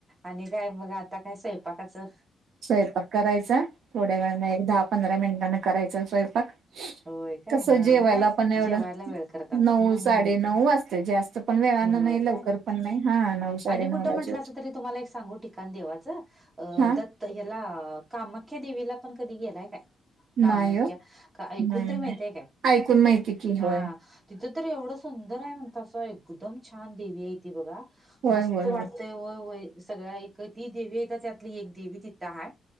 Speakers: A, on the right; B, on the right.
A: आणि काय मग आता काय स्वयंपाकाचं
B: स्वयंपाक करायचा थोड्या वेळानं एक दहा पंधरा मिनिटांने करायचा स्वयंपाक
A: होय काय
B: कसं
A: हा
B: जेवायला
A: मग काय
B: पण एवढं
A: जेवायला वेळ करतात
B: नऊ
A: हम्म
B: साडेनऊ
A: हम्म
B: वाजते जास्त पण वेळानं
A: होय
B: नाही लवकर
A: काय
B: पण नाही हा नऊ साडेनऊ
A: आणि कुठं
B: ला
A: म्हटलासा
B: जेवतो
A: तरी तुम्हाला एक सांगू ठिकाण देवाचं अ
B: हा
A: दत्त ह्याला कामाख्या देवीला पण कधी गेलाय काय? कामाख्या
B: नाही ओ
A: का ऐकून
B: नाही
A: तरी
B: नाही
A: माहितिये काय?
B: ऐकून माहिती की होय
A: हा तिथं तर एवढं सुंदर आहे म्हणतासा एकदम छान देवी आहे ती बघा
B: होय
A: मस्त
B: होय
A: वाटतय होय होय सगळ्या एक ती देवी येत्या त्यातली एक देवी तिथं थं हाय